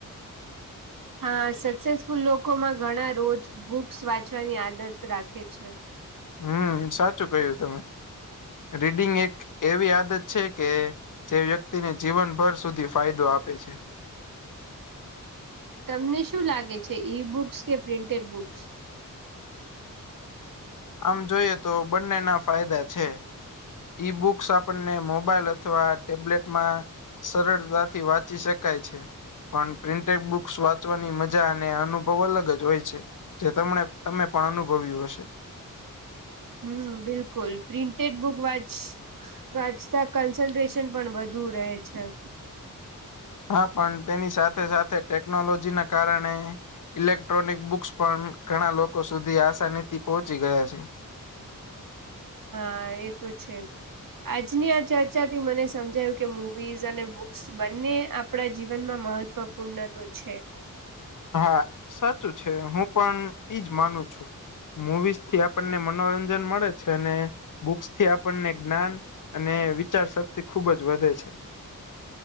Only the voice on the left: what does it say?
હમમ સાચું કહ્યું તમે. રીડિંગ એક એવી આદત છે કે જે વ્યક્તિને જીવનભર સુધી ફાયદો આપે છે.
આમ જોઈએ તો બંનેના ફાયદા છે. ઈ બુક્સ આપણને મોબાઈલ અથવા ટેબ્લેટમાં સરળતાથી વાંચ વાંચી શકાય છે પણ પ્રિન્ટેડ બુક્સ વાંચવાની મજા અને અનુભવ અલગ જ હોય છે. જે તમને તમે પણ અનુભવ્યું હશે.
હા પણ તેની સાથે સાથે ટેકનોલોજીના કારણે ઇલેક્ટ્રોનિક બુક્સ પણ ઘણા લોકો સુધી આસાની થી પહોંચી ગયા છે.
હા સાચું છે હું પણ ઈ જ માનું છું. મુવીઝ થી આપણને મનોરંજન મળે છે અને બુક્સથી આપણને જ્ઞાન અને વિચારશક્તિ ખુબ જ વધે છે.